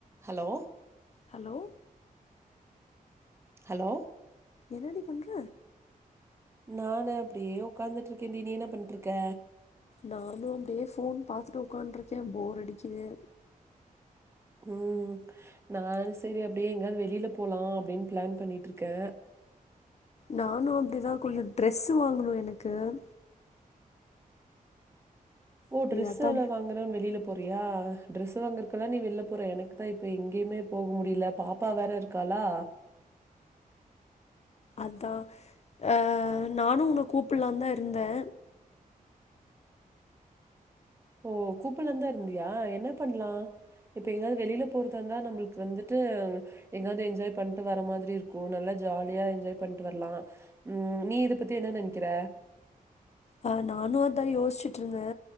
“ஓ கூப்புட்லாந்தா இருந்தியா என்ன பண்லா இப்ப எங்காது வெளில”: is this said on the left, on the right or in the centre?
Right